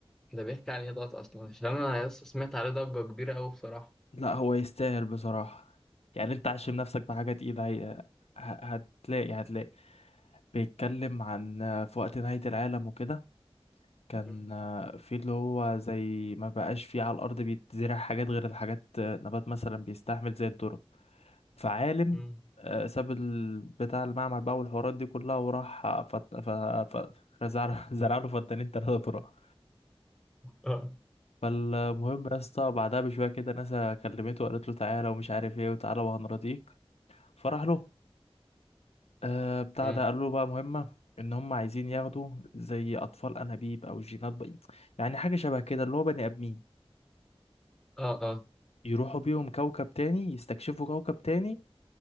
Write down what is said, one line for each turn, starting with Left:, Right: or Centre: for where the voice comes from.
Centre: ده بيحكي عن ايه دوت اصلا عشان انا يا اسطى سمعت عليه ضجه كبيره قوي بصراحه
Left: لا هو يستاهل بصراحه يعني انت عشم نفسك بحاجه تقيله هي... ه- هتلاقي هتلاقي بيتكلم عن في وقت نهايه العالم وكده كان
Centre: مم.
Left: آه، في اللي هو زي ما بقاش فيه على الأرض بيتزرع حاجات غير الحاجات آه، نبات مثلا بيستحمل زي الذرة فعالم
Centre: مم.
Left: آه، ساب ال- بتاع المعمل بقى والحوارات دي كلها وراح آه، فت... ف... ف... زرع <laughs> زرع له فدانين تلاتة ذرة
Centre: اه
Left: فالمهم يا اسطى بعدها بشوية كده ناسا كلمته وقالت له تعالى ومش عارف ايه وتعالى وهنرضيك فراح له آه، بتاع
Centre: مم.
Left: ده قال له بقى مهمة ان هم عايزين ياخدوا زي اطفال انابيب او جينات بقى يعني حاجة شبه كده اللي هو بني ادمين
Centre: اه
Left: يروحوا بيهم كوكب تاني يستكشفوا كوكب تاني